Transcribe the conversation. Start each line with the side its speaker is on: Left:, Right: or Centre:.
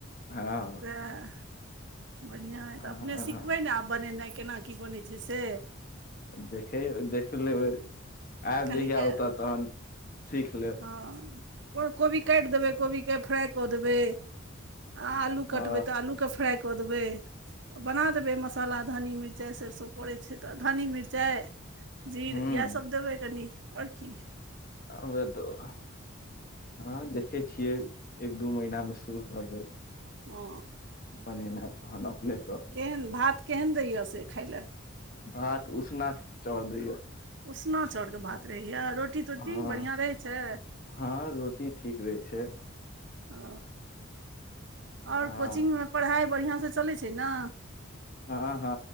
Left: हँ
Right: तऽ बढ़िआँ हइ
Left: हँ
Right: तऽ अपने
Left: हँ
Right: सिखबै ने आब बनेनाइ केना की बनै छै से
Left: देखे देख लेबै आयब
Right: कनिके
Left: जहिया होतऽ तहन सीख लेब
Right: हँ कोबी काटि देबै कोबीके फ्राइ कऽ देबै आ आलू
Left: ह
Right: कटबै तऽ आलूके फ्राय कऽ देबै बना देबै मसाला धनी मिरचाइ सरिसो पड़ै छै तऽ धन्नी मिरचाइ जीर
Left: हूँ
Right: यैह सब देबै कनी आओर कि
Left: हमे तऽ हँ देखै छियै एक दू महीनामे शुरू करबै
Right: ओ
Left: बनेनाय तहन अपनेसँ
Right: केहन भात केहन दैए यै से खाय लए
Left: भात उसना चौउर दै यै
Right: उसना चाउरके भात रहैए रोटी तोटी
Left: हँ
Right: बढ़िआँ रहै छै
Left: हँ रोटी टी ठीक रहै छै
Right: ओ आओर
Left: हँ
Right: कोचिंगमे पढ़ाइ बढ़िआँसँ चलै छै ने
Left: हँ हँ